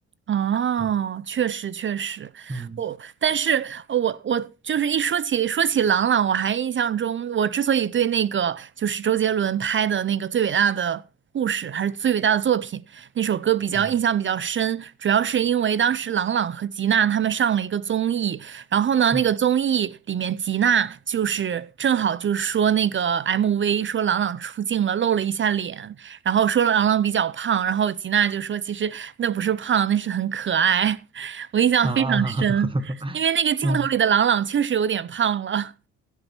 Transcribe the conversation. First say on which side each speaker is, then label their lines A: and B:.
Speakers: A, on the right; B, on the right.
A: 哦，
B: 嗯
A: 确实确实，
B: 嗯
A: 我但是呃我我就是一说起说起郎朗，我还印象中，我之所以对那个就是周杰伦拍的那个最伟大的故事还是最伟大的作品那首歌比较印象比较深，
B: 嗯
A: 主要是因为当时郎朗和吉娜他们上了一个综艺，然后呢那个综艺里面吉娜就是正好就是说那个
B: 嗯
A: MV 说郎朗出镜了，露了一下脸，然后说郎朗比较胖，然后吉娜就说其实那不是胖，那是很可爱。<laughs> 我印象非常深，
B: 啊，
A: 因为那个镜头里的郎朗确实有点胖了，
B: <laughs> 嗯